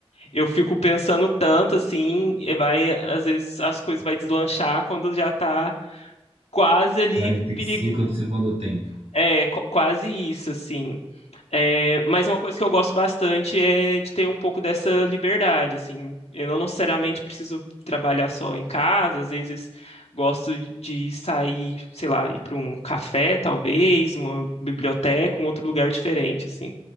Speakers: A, on the left; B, on the right.
A: eu fico pensando tanto, assim, e vai, às vezes as coisas vai deslanchar quando já tá quase ali
B: Quarenta e
A: perigo.
B: cinco do segundo tempo.
A: É, qu- quase isso, assim. É, mas uma coisa que eu gosto bastante é de ter um pouco dessa liberdade, assim. Eu não necessariamente preciso trabalhar só em casa, às vezes gosto de sair, sei lá, ir para um café, talvez, uma biblioteca, um outro lugar diferente, assim.